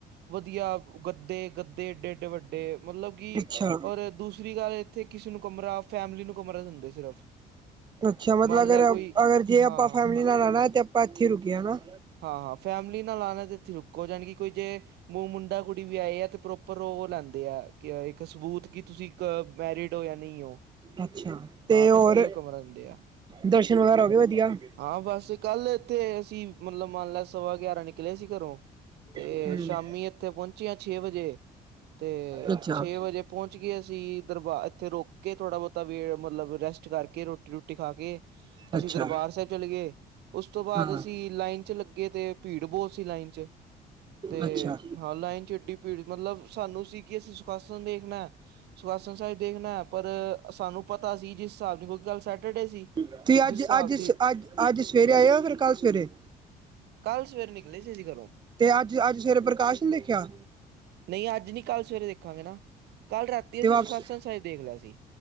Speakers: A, on the right; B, on the right.
A: ਵਧੀਆ, ਗੱਦੇ ਗੱਦੇ ਏਡੇ ਏਡੇ ਵੱਡੇ ਮਤਲਬ ਕਿ
B: ਅੱਛਾ,
A: ਔਰ ਦੂਸਰੀ ਗੱਲ ਤੇ ਕਿਸੇ ਨੂੰ ਕਮਰਾ ਫੈਮਲੀ ਨੂੰ ਕਮਰਾ ਦਿੰਦੇ ਸਿਰਫ
B: ਅੱਛਾ ਮਤਲਬ
A: ਮੰਨ
B: ਅਗਰ
A: ਲੈ ਕੋਈ
B: ਅਗਰ ਜੇ
A: ਹਾਂ
B: ਆਪਾਂ ਫੈਮਿਲੀ ਨਾਲ ਆਉਣਾ ਤੇ ਆਪਾਂ ਇੱਥੇ ਹੀ ਰੁਕੀਏ ਹਨਾ
A: ਹਾਂ ਹਾਂ ਫੈਮਿਲੀ ਨਾਲ ਆਉਣਾ ਤੇ ਇੱਥੇ ਰੁਕੋ ਜਾਣੀ ਕਿ ਕੋਈ ਜੇ ਮੂੰਹ ਮੁੰਡਾ ਕੁੜੀ ਵੀ ਆਏ ਆ ਤੇ ਪ੍ਰੋਪਰ ਉਹ ਲੈਂਦੇ ਆ ਕਿ ਇੱਕ ਸਬੂਤ ਕੀ ਤੁਸੀਂ ਕ ਮੈਰਿਡ ਹੋ ਜਾਂ ਨਹੀਂ ਹੋ
B: ਅੱਛਾ ਤੇ
A: ਹਾਂ ਤਦੀ
B: ਹੋਰ
A: ਉਹ ਕਮਰਾ ਦਿੰਦੇ ਆ
B: ਦਰਸ਼ਨ ਵਗੈਰਾ ਹੋ ਗਏ ਵਧੀਆ
A: ਹਾਂ ਬਸ ਕੱਲ ਇੱਥੇ ਅਸੀਂ ਮਤਲਬ ਮੰਨ ਲੈ ਸਵਾ ਗਿਆਰਾਂ ਨਿਕਲੇ ਸੀ ਘਰੋਂ ਤੇ
B: ਹੂੰ,
A: ਸ਼ਾਮੀ ਇੱਥੇ ਪਹੁੰਚੇ ਆਂ ਛੇ ਵਜੇ ਤੇ
B: ਅੱਛਾ।
A: ਛੇ ਵਜੇ ਪਹੁੰਚ ਗਏ ਅਸੀਂ ਦਰਬਾਰ ਇੱਥੇ ਰੋਕ ਕੇ ਥੋੜ੍ਹਾ ਬਹੁਤਾ ਵੇ ਮਤਲਬ ਰੈਸਟ ਕਰਕੇ ਰੋਟੀ ਰੋਟੀ ਖਾ ਕੇ ਅਸੀਂ
B: ਅੱਛਾ,
A: ਦਰਬਾਰ ਸਾਹਿਬ ਚਲੇ ਉਸ ਤੋਂ ਬਾਅਦ
B: ਹਾਂ,
A: ਚਅਸੀਂ ਲਾਈਨ ਚ ਲੱਗੇ ਤੇ ਭੀੜ ਬੋਤ ਸੀ ਲਾਈਨ ਚ ਤੇ
B: ਅੱਛਾ।
A: ਹਾਂ ਲਾਈਨ ਚੇਡੀ ਪੀੜ ਮਤਲਬ ਸਾਨੂੰ ਸੀ ਕਿ ਅਸੀਂ ਸੁਖਾਸਨ ਦੇਖਣਾ ਸੁਖਾਸਨ ਸਾਹਿਬ ਦੇਖਣਾ ਹੈ, ਪਰ ਸਾਨੂੰ ਪਤਾ ਸੀ ਜਿਸ ਹਿਸਾਬ ਦੀ ਕੋਈ ਕੱਲ ਸੈਟਰਡੇ ਸੀ।
B: ਤੁਸੀਂ
A: ਜਿਸ
B: ਅੱਜ
A: ਹਿਸਾਬ
B: ਅੱਜ
A: ਦੀ
B: ਸ ਅੱਜ ਅੱਜ ਸਵੇਰੇ ਆਏਓ, ਫਿਰ ਕੱਲ੍ਹ ਸਵੇਰੇ
A: ਕੱਲ੍ਹ ਸਵੇਰੇ ਨਿਕਲੇ ਸੀ ਜ ਘਰੋਂ
B: ਤੇ ਅੱਜ, ਅੱਜ ਸਵੇਰੇ ਪ੍ਰਕਾਸ਼ ਨ ਦੇਖਿਆ।
A: ਨਹੀਂ ਅੱਜ ਨ ਕੱਲ੍ਹ ਸਵੇਰੇ ਦੇਖਾਂਗੇ ਨਾ, ਕੱਲ੍ਹ ਰਾਤੀ
B: ਤੇ
A: ਅਸੀਂ
B: ਵਾਪਸ
A: ਸੁਖਾਸਨ ਸਾਹਿਬ ਦੇਖ ਲਿਆ ਸੀ।